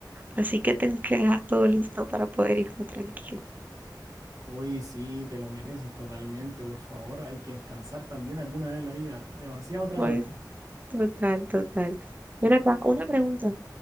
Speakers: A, on the right; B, on the right.
A: así que tengo que dejar todo listo para poder irme tranquilo.
B: Uy, sí, te lo mereces totalmente, por favor. Hay que descansar también alguna vez en la vida. Demasiado trabajo.
A: Voy total, total. Ven acá, una pregunta.